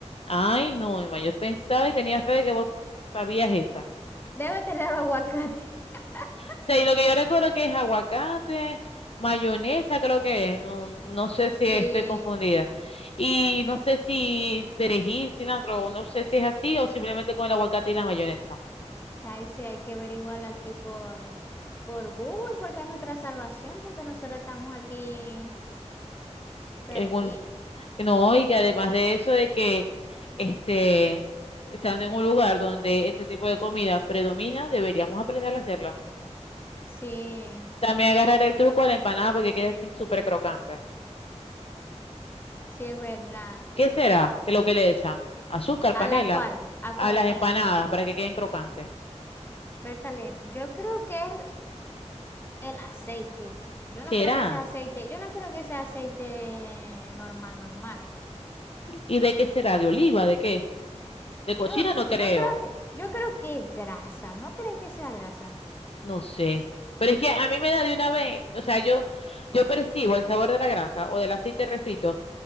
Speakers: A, on the left (about 55°); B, on the left (about 20°).
A: Ay, no, Emma, yo pensaba y tenía fe de que vos sabías esa.
B: Debe tener aguacate. <laughs>
A: sea, y lo que yo recuerdo que es aguacate, mayonesa, creo que es, no, no sé si
B: Sí,
A: estoy confundida. Y no sé si perejil, cilantro, o no sé si es así o simplemente con el aguacate y la mayonesa.
B: ahí sí hay que averiguar aquí por, por Google, porque es nuestra salvación, porque nosotros estamos aquí Perdida.
A: En un- no, y que además de eso de que este, estando en un lugar donde ese tipo de comida predomina, deberíamos aprender a hacerla.
B: Sí,
A: También agarrar el truco a la empanada porque queda así súper crocante.
B: sí es verdad.
A: ¿Qué será que lo que le echan? Azúcar,
B: ¿A
A: panela,
B: la cual? ¿A cuál?
A: a las
B: ¿A cuál?
A: empanadas
B: ¿A cuál?
A: para que queden crocantes.
B: Bertale, yo creo que es el aceite. Yo no
A: ¿Será?
B: creo que sea aceite, yo no creo que sea aceite normal, normal.
A: ¿Y de qué será? ¿De oliva? ¿De qué? ¿De
B: Yo,
A: cochino? No
B: cre-
A: creo.
B: yo creo que, yo creo que es grasa, ¿no crees que sea grasa?
A: No sé. Pero es que a mí me da de una vez, o sea, yo, yo percibo el sabor de la grasa o del aceite refrito